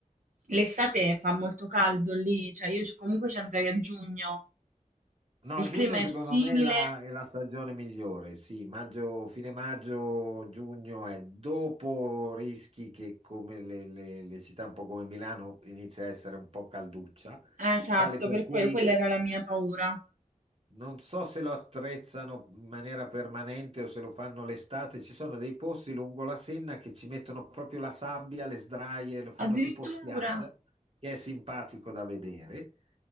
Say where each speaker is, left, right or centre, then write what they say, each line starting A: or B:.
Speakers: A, on the right; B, on the right.
A: l'estate fa molto caldo lì? Cioè io c comunque ci andrei a giugno.
B: No,
A: Il
B: giugno
A: clima è
B: secondo
A: simile?
B: me è la, è la stagione migliore, sì, maggio, fine maggio, giugno è dopo rischi che come le, le le città un po' come Milano inizia a essere un po' calduccia,
A: Eh, Esatto,
B: tale per
A: per
B: cui...
A: que- quella era la mia paura.
B: Non so se lo attrezzano in maniera permanente o se lo fanno l'estate, ci sono dei posti lungo la Senna che ci mettono proprio la sabbia, le sdraie, lo fanno
A: Addirittura.
B: tipo spiaggia, che è simpatico da vedere.